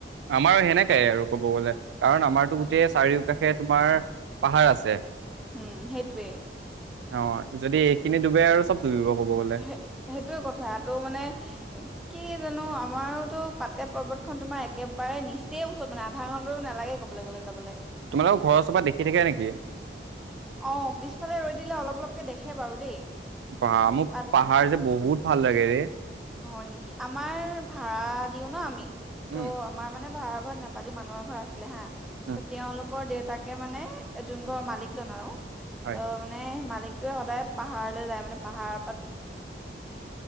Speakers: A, on the right (about 80°); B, in the centre.
A: আমাৰ সেনেকাই আৰু কব গলে কাৰণ আমাৰতো গোটেই চাৰিওকাষে তোমাৰ পাহাৰ আছে
B: উম সেইটোৱে
A: অ যদি এইখিনি ডুবে আৰু চব ডুবিব ক'ব গ'লে
B: হ সেইটোয়ে কথা ত মানে কি জানো আমাৰোতো পাতকাই পৰ্বতখন তোমাৰ একেবাৰে নিচেই ওচৰত মানে আধা ঘণ্টাটো নালাগে ক কলেজ লে যাবলে
A: তোমালোকৰ ঘৰৰ ওচৰৰ পা দেখি থাকে নেকি
B: অ পিছফালে ৰৈ দিলে অলপ অলপকে দেখে বাৰু দেই
A: বাহ মোৰ
B: তাত
A: পাহাৰ যে বহুত ভাল লাগে ৰে
B: হয় নেকি আমাৰ ভা়ড়া দিও ন আমি
A: উম
B: ত' আমাৰ মানে ভা়ড়া ঘৰত নেপালী মানুহৰ ঘৰ আছিলে হা
A: উম
B: ত তেওঁলোকৰ দেউতাকে মানে যোন
A: উম
B: ঘৰৰ মালিকজন আৰু
A: হয়
B: ত মানে মালিক সদায় পাহাৰলৈ যায় মানে পাহাৰ